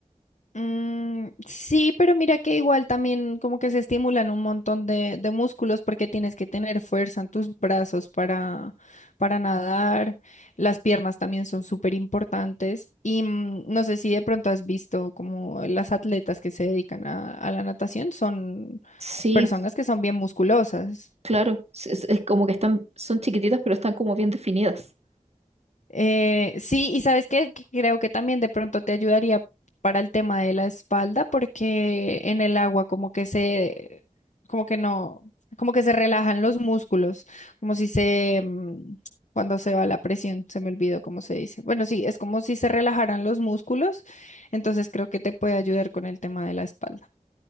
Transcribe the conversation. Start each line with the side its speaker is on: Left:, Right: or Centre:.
Left: Mm, sí, pero mira que igual también como que se estimulan un montón de, de músculos porque tienes que tener fuerza en tus brazos para, para nadar. Las piernas también son súper importantes. Y mm, no sé si de pronto has visto como las atletas que se dedican a, a la natación son
Right: Sí,
Left: personas que son bien musculosas.
Right: Claro, es, es- es como que están, son chiquititas, pero están como bien definidas.
Left: Eh, sí, y sabes qué, Que creo que también de pronto te ayudaría para el tema de la espalda, porque en el agua como que se, como que no, como que se relajan los músculos, como si se, mm, cuando se va la presión, se me olvidó cómo se dice. Bueno, sí, es como si se relajaran los músculos, entonces creo que te puede ayudar con el tema de la espalda.